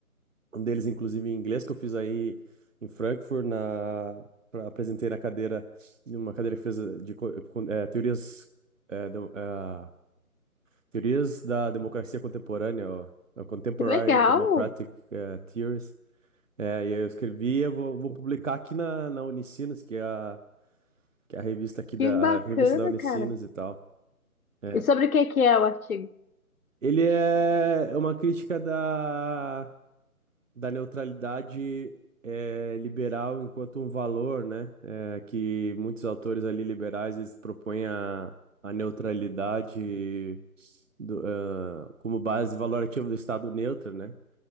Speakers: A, on the right (about 60°); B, on the left (about 70°).
A: Um deles, inclusive, em inglês, que eu fiz aí em Frankfurt, na, pra- apresentei na cadeira, numa cadeira que fez eh, de co- eh, con- eh, teorias, eh, demo- ah, teorias da democracia contemporânea, ó, eh, Contemporary
B: Que legal!
A: Democratic eh, Theories. Eh, e aí eu escrevi, eu vou, vou publicar aqui na, na Unicinos, que é a, que é a revista aqui da,
B: Que bacana,
A: a revista da Unicinos
B: cara.
A: e tal. É.
B: E sobre o que que é o artigo?
A: Ele é é uma crítica da. da neutralidade é, liberal enquanto um valor, né? É, que muitos autores ali liberais eles propõem a, a neutralidade do, ah, como base valorativa do Estado neutro, né?